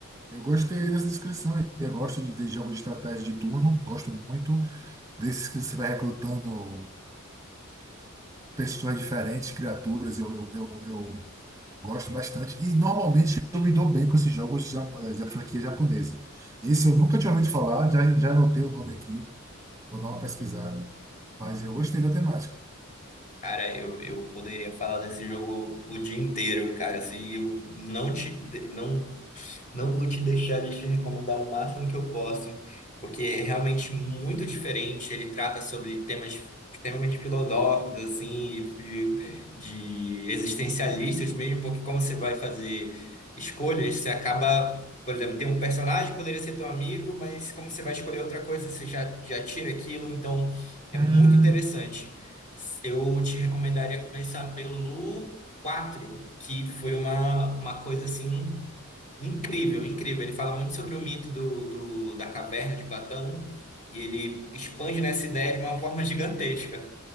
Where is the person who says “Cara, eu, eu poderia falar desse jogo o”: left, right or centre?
Left